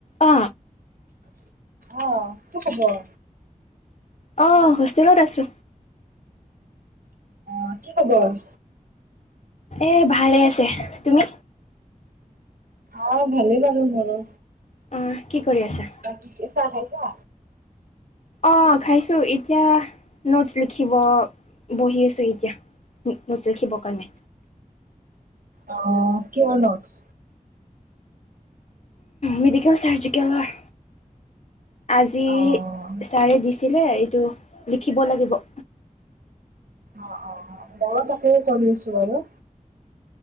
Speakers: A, on the left; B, on the right.
A: অ
B: আহ কি খবৰ?
A: আহ হোষ্টেলত আছো।
B: অ কি খবৰ?
A: এ ভালে আছে। তুমি?
B: অ ভালেই বাৰু মোৰো।
A: অ কি কৰি আছা
B: বাকী চাহ খাইছা?
A: অ খাইছো এতিয়া নোটছ লিখিব বহি আছো এতিয়া। নোটছ লিখিব কাৰনে
B: আহ কিহৰ নোটছ?
A: মেডিকেল চাৰ্জিকেলৰ আজি
B: অ',
A: চাৰে দি ছিলে এইটো লিখিব লাগিব।
B: অ', অ', ময়ো তাকেই কৰি আছো বাৰু।